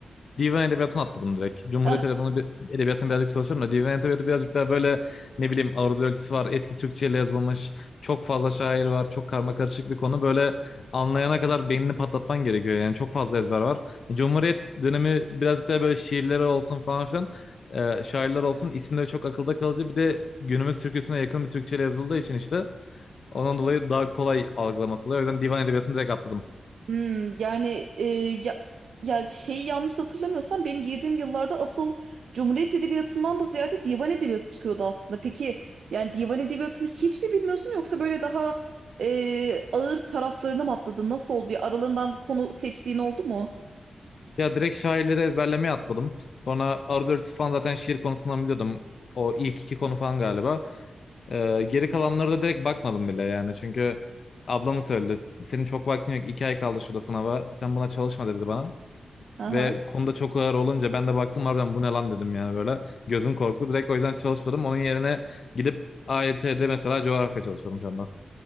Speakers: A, on the left (about 60°); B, on the right (about 80°).
A: Divan edebiyatını atladım direkt. Cumhuriyet
B: <laughs>
A: edebiyatını, bir- edebiyatını birazcık çalışırım da divan edebiyatı birazcık daha böyle ne bileyim aruz ölçüsü var. Eski Türkçeyle yazılmış. Çok fazla şair var. Çok karma karışık bir konu. Böyle anlayana kadar beynini patlatman gerekiyor. Yani çok fazla ezber var. Cumhuriyet dönemi birazcık daha böyle şiirleri olsun falan filan. e, şairler olsun. isimleri çok akılda kalıcı. Bir de günümüz Türkçesine yakın bir Türkçeyle yazıldığı için işte. Onun dolayı daha kolay algılaması oluyor. O yüzden divan edebiyatını direkt atladım.
B: Hmm, yani e, ya, ya şeyi yanlış hatırlamıyorsam benim girdiğim yıllarda asıl Cumhuriyet Edebiyatı'ndan da ziyade divan edebiyatı çıkıyordu aslında. Peki yani divan edebiyatını hiç mi bilmiyorsun yoksa böyle daha e, ağır taraflarına mı atladın? Nasıl oldu? ya? Aralarından konu seçtiğin oldu mu?
A: Ya direkt şairleri ezberlemeye atladım. Sonra Arthur falan zaten şiir konusundan biliyordum. O ilk iki konu falan galiba. Ee, geri kalanlara da direkt bakmadım bile yani. Çünkü ablamı söyledi. Senin çok vaktin yok. İki ay kaldı şurada sınava. Sen buna çalışma dedi bana.
B: Aha.
A: Ve konuda çok ağır olunca ben de baktım harbiden bu ne lan dedim yani böyle. Gözüm korktu. Direkt o yüzden çalışmadım. Onun yerine gidip AYT'de mesela coğrafya çalışıyorum şu anda.